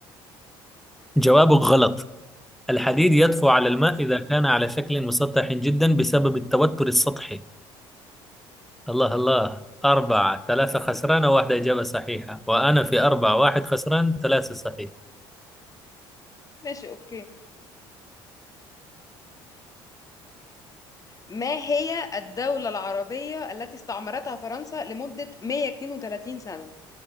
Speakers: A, in the centre; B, on the left.
A: جوابك غلط الحديد يطفو على الماء إذا كان على شكل مسطح جدا بسبب التوتر السطحي الله الله أربعة ثلاثة خسرانة واحدة إجابة صحيحة وأنا في أربعة واحد خسران ثلاثة صحيح
B: ماشي أوكي. ما هي الدولة العربية التي استعمرتها فرنسا لمدة 132 سنة؟